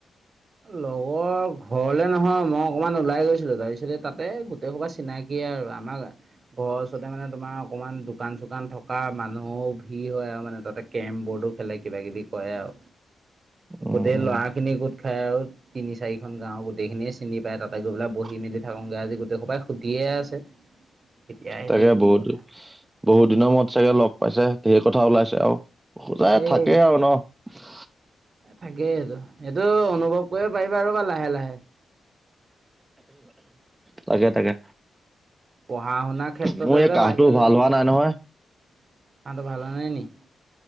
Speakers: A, on the right (about 45°); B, on the right (about 15°).
A: লগৰ ঘৰলে নহয় মই অকমান ওলাই গৈছিলো তাৰপিছতে তাতে গোটেই সোপা চিনাকিয়ে আৰু আমাৰ ঘৰৰ ওচৰতে মানে তোমাৰ অকমান দোকান- চোকান থকা মানুহৰও ভিৰ হয় আৰু মানে তাতে কেৰম বৰ্ড খেলে কিবা -কিবি কৰে আও
B: উম
A: গোটেই
B: উম
A: ল'ৰা খিনি খাই আৰু তিনি - চাৰিখন গাঁও গোটেই খিনিয়ে চিনি পায় তাতে গৈ পেলাই বহি মেলি থাকোগে আজি গোটেই সপাই সুধি সেয়া আছে। কেতিয়া আহিলে
B: চাগে
A: কি
B: বহুত
A: কথা
B: বহুত দিনৰ মৰত চাগে লগ পাইছে ধেৰ কথা ওলাইছে আৰু খোজাই
A: সেই
B: থাকেই আৰু ন'
A: থাকেইটো সেইটো অনুভৱ কৰিব পাৰিবা আৰু বা লাহে - লাহে।
B: তাকে - তাকে।
A: পঢ়া -শুনাৰ ক্ষেত্ৰতে
B: মোৰ এই
A: যে
B: কাহটো
A: বাহিৰলৈ
B: ভাল হোৱা
A: কাঁহটো
B: নাই নহয়
A: ভাল হোৱা নাই নি?